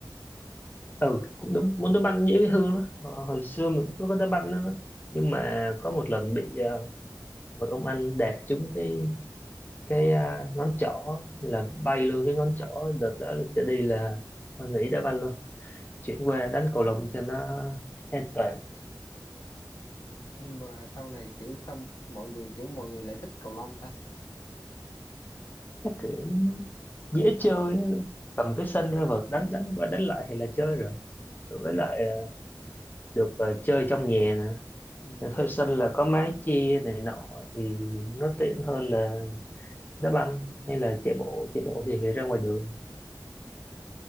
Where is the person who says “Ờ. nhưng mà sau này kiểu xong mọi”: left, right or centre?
Left